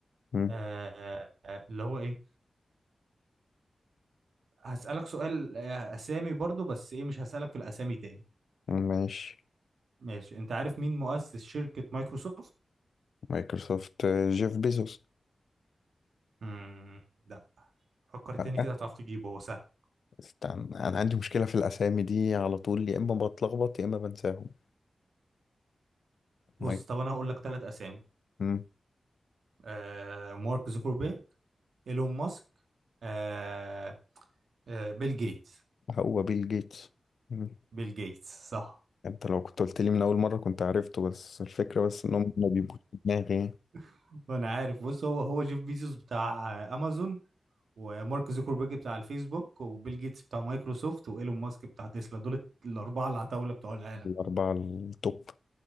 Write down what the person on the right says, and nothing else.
آه آه، آه، اللي هو إيه هسألك سؤال آه، أسامي برضو بس إيه مش هسألك في الأسامي تاني
ماشي انت عارف مين مؤسس شركة مايكروسوفت؟
مم. لا فكر تاني
كده هتعرف تجيبه هو سهل
بص
طب انا هقول لك ثلاث اسامي
آه مارك زوكربيرج ايلون ماسك آه آه بيل جيتس
بيل جيتس صح
<laughs> وانا عارف بص هو هو جيف بيزوس بتاع آه، امازون ومارك زوكربيرج بتاع الفيسبوك وبيل جيتس بتاع مايكروسوفت وايلون ماسك بتاع تسلا دول الاربعة العتاولة بتوع العالم